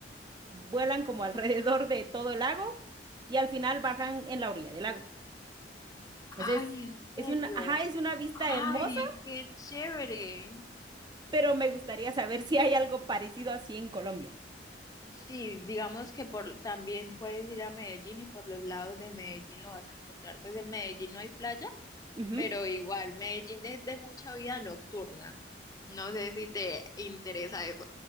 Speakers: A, on the right (about 25°); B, on the left (about 20°).
A: vuelan como alrededor de todo el lago y al final bajan en la orilla del lago. Entonces,
B: Ay, en serio.
A: es una, ajá, es una vista
B: Ay,
A: hermosa,
B: qué chévere.
A: pero me gustaría saber si hay algo parecido así en Colombia.
B: Sí, digamos que por también puedes ir a Medellín y por los lados de Medellín lo vas a encontrar. Pues en Medellín no hay playa,
A: Ujú.
B: pero igual, Medellín es de mucha vida nocturna. No sé si te interesa eso.